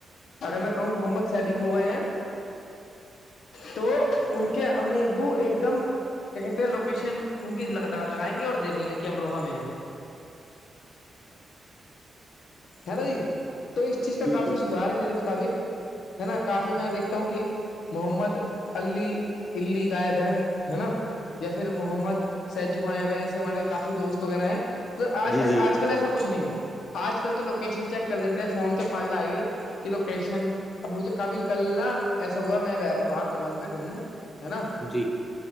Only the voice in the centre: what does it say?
جی
جی
جی جی جی
جی جی